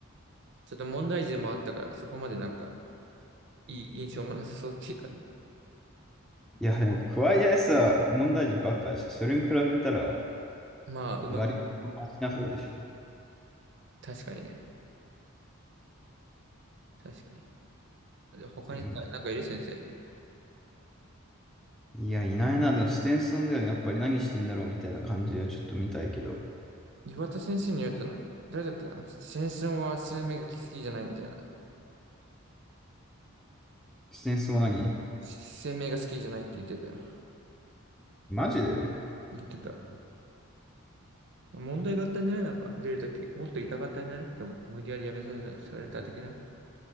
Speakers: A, on the right; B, in the centre.
A: ちょっと問題児でもあったから、そこまでなんか、いい印象もなさそうっていうかね。
B: いや、でも、クワ桑井さ問題児ばっかでしょ。それに比べたら、
A: まあ、うまく、
B: 割とマシな方でしょ。
A: 確かにね。確かに。で、他にさ、
B: 全然
A: なんかいる先生。
B: いや、いないな。でも、ステンソンだよね。やっぱり何してんだろうみたいな感じはちょっと見たいけど。
A: 岩田先生によるとな、誰だっけな先争は生命が好きじゃないみたいな。
B: ステンソンは何
A: 生命が好きじゃないって言ってたよ。
B: マジで
A: 言ってた。問題があったんじゃないなんか、出るとき。もっと痛かったんじゃないでも、無理やり辞めさせた、された的な。